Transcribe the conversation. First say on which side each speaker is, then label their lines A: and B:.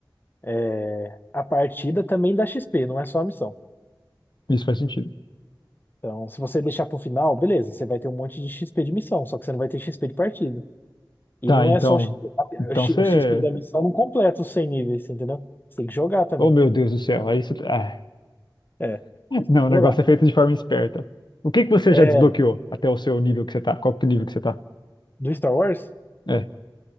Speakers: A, on the left; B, on the left.
A: é, a partida também dá XP, não é só a missão.
B: Isso faz sentido.
A: Então, se você deixar pro final, beleza, você vai ter um monte de XP de missão, só que você não vai ter XP de partida. E
B: Tá,
A: não
B: então.
A: é só o XP, a-
B: Então
A: o X-
B: você.
A: o XP da missão não completa os 100 níveis, entendeu? Você tem que jogar também.
B: Oh, meu Deus do céu. Aí você. Ah.
A: É, você
B: Não,
A: tem que
B: o negócio
A: jogar.
B: é feito de forma esperta. O que que você
A: É.
B: já desbloqueou até o seu nível que você tá? Qual que é o nível que você tá?
A: Do Star Wars?
B: É.